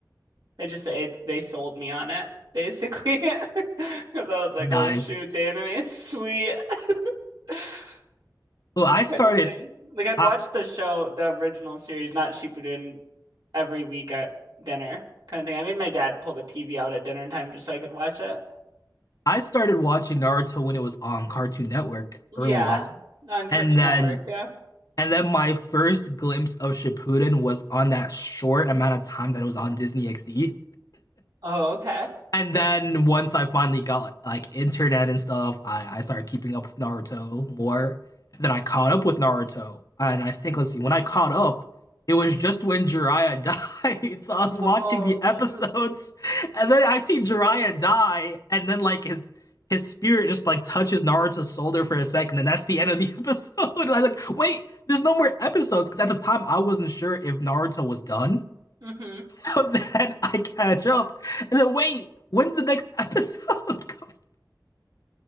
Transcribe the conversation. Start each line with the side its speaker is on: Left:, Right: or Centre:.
Right: They just it they sold me on it basically <laughs> because I was like,
Left: <laughs> nice.
Right: oh shoot, the anime is sweet <laughs>
Left: Well, I
Right: kind
Left: started
Right: of thing. Like I'd
Left: I
Right: watch the show, the original series, not Shippuden, every week at dinner kind of thing. I made my dad pull the TV out at dinner time just so I could watch it.
Left: I started watching Naruto when it was on Cartoon Network
Right: Yeah,
Left: early on.
Right: on Cartoon
Left: And then
Right: Network. Yeah.
Left: And then my first glimpse of Shippuden was on that short amount of time that it was on Disney XD.
Right: Oh, okay.
Left: And then once I finally got like internet and stuff, I, I started keeping up with Naruto more. Then I caught up with Naruto. And I think, let's see, when I caught up, it was just when Jiraiya <laughs> died. So I was
Right: Oh
Left: watching the
Right: shoot.
Left: episodes, and then I see Jiraiya die, and then like his his spirit just like touches Naruto's shoulder for a second, and that's the end of the episode. <laughs> I was like, wait, there's no more episodes, because at the time I wasn't sure if Naruto was done.
Right: hmm
Left: <laughs> So then I catch up. And then wait, when's the next <laughs> episode coming?